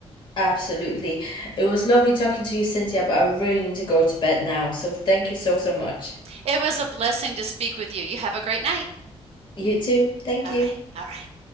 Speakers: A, on the left; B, on the right.
A: Absolutely. It was lovely talking to you, Cynthia, but I really need to go to bed now. So thank you so, so much.
B: It was a blessing to speak with you. You have a great night.
A: You too. Thank
B: All
A: you.
B: right. All right.